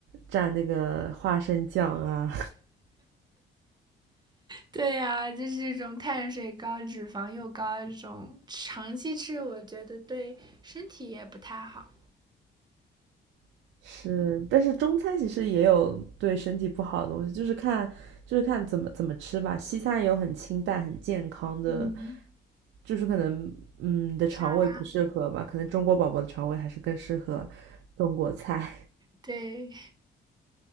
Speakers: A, on the right (about 80°); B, on the right (about 20°).
A: 蘸那个花生酱啊，
B: 对呀、就是这种碳水高、脂肪又高，这种长期吃，我觉得对身体也不太好。
A: <laughs> 是。但是中餐其实也有对身体不好的东西，就是看就是看怎么怎么吃吧。西餐也有很清淡、很健康的，
B: 嗯，
A: 就是可能嗯你的肠胃不适合吧，
B: 沙拉，
A: 可能中国宝宝的肠胃还是更适合中国菜。
B: 对，